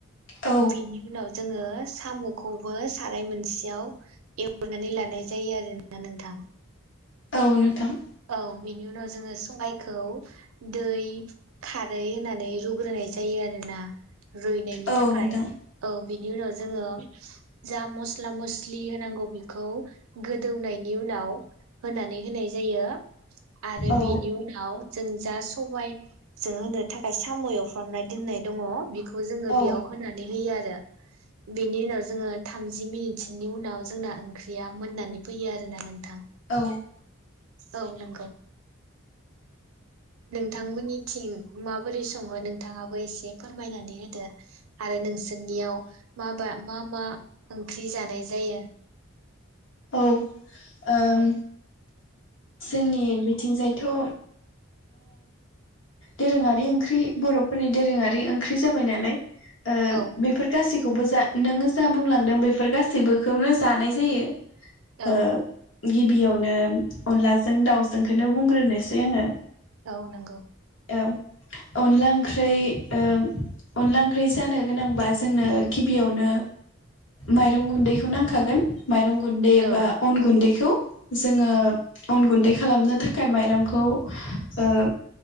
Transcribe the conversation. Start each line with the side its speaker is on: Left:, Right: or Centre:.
Left: औ
Right: बेनि उनाव जोङो साम'खौबो साराय मोनसेयाव एवग्रोनानै लानाय जायो आरो ना नोंथां।
Left: औ नोंथां।
Right: औ बिनि उनाव जोङो सबाइखौ दै खारै होनानै रुग्रोनाय जायो आरो ना। रुइनायनि
Left: औ
Right: थाखाय
Left: नोंथां
Right: औ बिनि उनाव जोङो जा मस्ला मस्लि होनांगौ बे खौ गोदौनायनि उनाव होनानै होनाय जायो। आरो
Left: औ
Right: बेनि उनाव जों जा सबाय जों होनो थाखाय साम' एवफ्रामनाय दोननाय दङ' बे खौ जोङो
Left: औ
Right: बेयाव होनानै होयो आ रो बेनि उनाव जोङो थामजि मिनिटसोनि उनाव जोंना ओंख्रिया मोननानै फैयो आरो ना नोंथां।
Left: औ।
Right: औ नंगौ नोंथांमोननिथिं माबोरै सङो? नोंथाङाबो एसे फोरमायनानै होदो आरो नोंसोरनियाव माबा मा मा ओंख्रि जानाय जायो?
Left: औ। ओम
Right: औ
Left: जोंनि बिथिंजायथ' ओ दोरोङारि ओंख्रि बर'फोरनि दोरोङारि ओंख्रि जाबाय नालाय। ओ
Right: औ
Left: बेफोर गासै खौबो जा नोङो जा बुंलांदों बेफोर गासैबोखौनो जानाय जायो। ओ
Right: औ
Left: गिबियावनो अनलाजों दाउजोंखोनो बुंग्रोनोसै आङो।
Right: औ नंगौ।
Left: ओ अनला ओंख्रै ओ अनला ओंख्रै जानो गोनांबा जोंनो गिबियावनो माइरं गुन्दैखौ नांखागोन। माइरं गुन्दै
Right: औ
Left: बा अन गुन्दै खौ जोङो
Right: औ
Left: गुन्दै खालामनो थाखाय माइरं खौ ओ